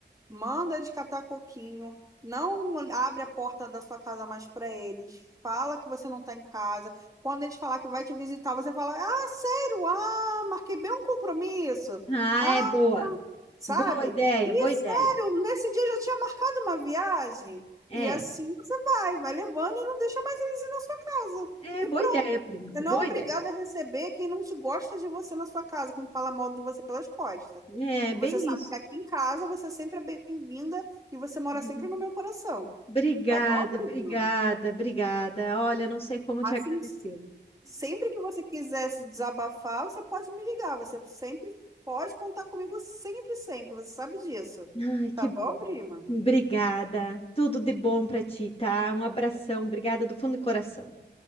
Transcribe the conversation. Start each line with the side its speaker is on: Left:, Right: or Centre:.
Right: Manda eles catar coquinho. Não abre a porta da sua casa mais para eles. Fala que você não tá em casa. Quando eles falar que vai te visitar, você fala: Ah, sério? Ah, marquei bem um compromisso.
Left: ah,
Right: Ah,
Left: é boa.
Right: sabe?
Left: Boa ideia,
Right: E
Left: boa ideia.
Right: sério, nesse dia eu já tinha marcado uma viagem.
Left: É,
Right: E assim você vai, vai levando e não deixa mais eles ir na sua casa.
Left: é
Right: E
Left: boa
Right: pronto.
Left: ideia, prima.
Right: Você
Left: Boa
Right: não é obrigado
Left: ideia.
Right: a receber quem não te gosta de você na sua casa, quem fala mal de você pelas costas.
Left: É,
Right: E
Left: bem
Right: você sabe
Left: isso.
Right: que aqui em casa você sempre é bem-vinda e você mora
Left: Uhum.
Right: sempre no meu coração.
Left: Obrigada,
Right: Tá bom, primo?
Left: obrigada, obrigada. Olha, não sei como
Right: Assim,
Left: te agradecer.
Right: sempre que você quiser se desabafar, você pode me ligar. Você sempre pode contar comigo, sempre, sempre. Você sabe disso.
Left: Ai, que
Right: Tá bom,
Left: bom.
Right: prima?
Left: Obrigada. Tudo de bom pra ti, tá? Um abração. Obrigada do fundo do coração.